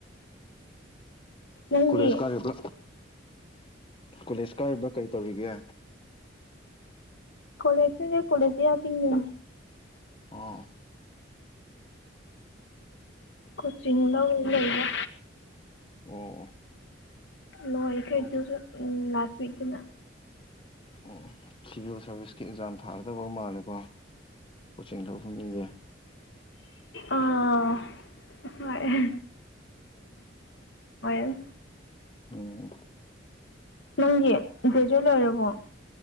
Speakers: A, on the left; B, on the left.
A: ꯅꯪꯗꯤ
B: ꯀꯣꯂꯦꯖ ꯀꯥꯔꯤꯕ꯭ꯔ ꯀꯣꯂꯦꯖ ꯀꯥꯔꯤꯕ꯭ꯔꯥ ꯀꯔꯤ ꯇꯧꯔꯤꯒꯦ
A: ꯀꯣꯂꯦꯖ ꯆꯠꯂꯤ ꯀꯣꯂꯦꯖꯇꯤ ꯑꯥ ꯆꯤꯡꯗꯅꯤ
B: ꯑꯣ
A: ꯀꯣꯆꯤꯡ ꯂꯧꯔ ꯂꯩꯕ
B: ꯑꯣ
A: ꯂꯣꯏꯈ꯭ꯔꯦ
B: ꯑꯗꯨꯝ
A: ꯑꯗꯨꯁꯨ ꯂꯥꯁꯋꯤꯛꯇꯅ
B: ꯎꯝ ꯁꯤꯚꯤꯜ ꯁꯥꯔꯚꯤꯁꯀꯤ ꯑꯦꯛꯖꯥꯝ ꯊꯥꯒꯗꯕ ꯃꯥꯜꯂꯦꯀꯣ ꯀꯣꯆꯤꯡ ꯇꯧꯕ ꯃꯤꯁꯦ
A: ꯑꯥ ꯍꯣꯏ <unintelligible>
B: ꯎꯝ
A: ꯅꯪꯗꯤ ꯒ꯭ꯔꯦꯖꯨꯋꯦꯠ ꯑꯣꯏꯔꯕꯣ